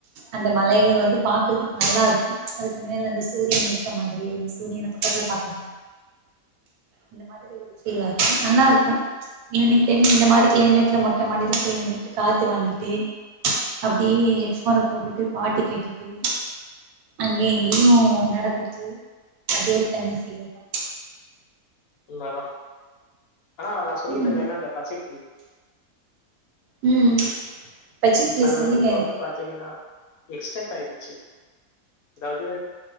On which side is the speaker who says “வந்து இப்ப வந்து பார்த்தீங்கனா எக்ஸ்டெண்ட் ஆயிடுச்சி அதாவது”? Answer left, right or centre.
Left